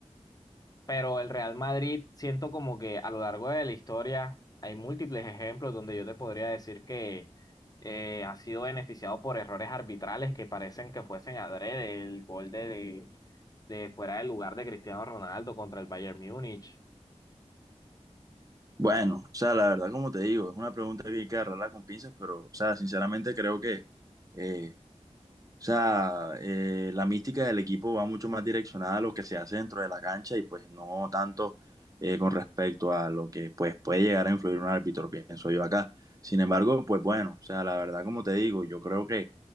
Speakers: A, on the left; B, on the right.
A: Pero el Real Madrid, siento como que a lo largo de la historia hay múltiples ejemplos donde yo te podría decir que eh, ha sido beneficiado por errores arbitrales que parecen que fuesen adrede. El gol de, de, de fuera del lugar de Cristiano Ronaldo contra el Bayern Múnich.
B: Bueno, o sea, la verdad, como te digo, es una pregunta bien que agarrarla con pinzas, pero, o sea, sinceramente creo que, eh, o sea, eh, la mística del equipo va mucho más direccionada a lo que se hace dentro de la cancha y pues no tanto eh, con respecto a lo que pues puede llegar a influir un árbitro, pienso yo acá. Sin embargo, pues bueno, o sea, la verdad, como te digo, yo creo que,